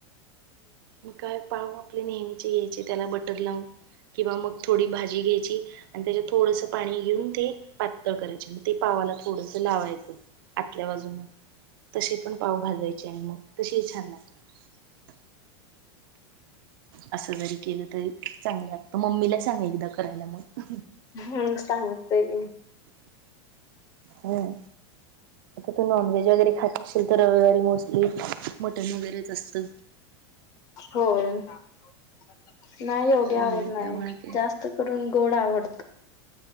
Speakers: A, on the right; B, on the left.
A: म काय पाव आपले नेहमीचे घायचे त्याला बटर लावून किंवा मग थोडी भाजी भाजी घ्यायची आणि त्यांच्यात थोडस पाणी घेऊन ते पातळ करायचे मग ते पावाला थोडस लावायचं आतल्या बाजून तसे पण पाव भाजायचे आणि मग तशे ही छान लागतात असं जरी केलं तरी चांगलं लागत मम्मीला सांग एकदा करायला मग
B: ह सांग ते घेईन
A: हम आता तू मा नॉनव्हेज वगैरे खातं असतीलं तर रविवारी मोस्टली मटन वगैरेच असतं
B: होय <unintelligible> नाही एंवढी
A: हा
B: आवड
A: ना त्यामुळे
B: नाही
A: काय
B: जास्त करून गोड आवड